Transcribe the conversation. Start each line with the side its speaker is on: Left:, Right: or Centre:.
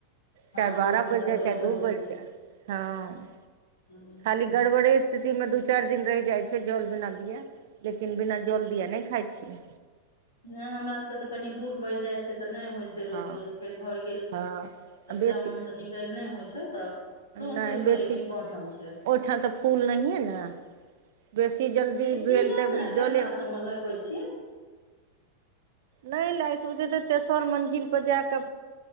Left: हँ
Right: चाहे बारह
Left: एक लोटा
Right: बाजि जाए
Left: जल
Right: चाहे दू
Left: रोज
Right: बाजि
Left: दी
Right: जाए। हँ।
Left: हँ।
Right: खाली गड़बड़े स्थिति मे दू चारि दिन रहि जाई छै जल बिना दि। लेकिन बिना जल दिए नहि खाई छी।
Left: नहि हमरा सभके तऽ कनी दूर पड़ि जाई छै। तऽ नहि होई छै रोज
Right: हँ
Left: रोज फेर घरके
Right: हँ बेसी
Left: टा मनसँ निकलि नहि होई छै तऽ। सोम
Right: नहि
Left: सोम
Right: बेसी
Left: के लेकिन बनल छै
Right: ओहिठाम तऽ फूल नहिए न बेसी जल्दी भेल
Left: किया
Right: तऽ
Left: ने गमला
Right: जले।
Left: सबमे लगबै छी
Right: नहि लाग से तऽ तेसर मंजिल पर जाक